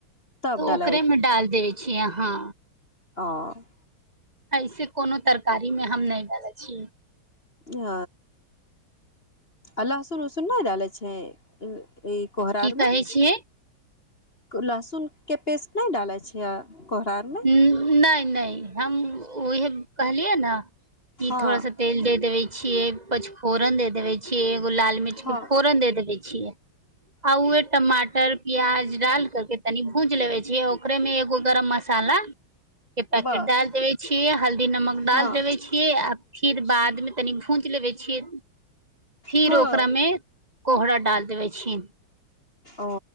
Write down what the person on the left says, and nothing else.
तब
डालै
ओँ
ह आ लह्सुन उसुन नहि डाले छै ई कोहरार
मे
लहसुन के पेस्ट नहि डाले छियै कोहरा आरमे
हँ
हँ
बस
हँ
हँ
ओ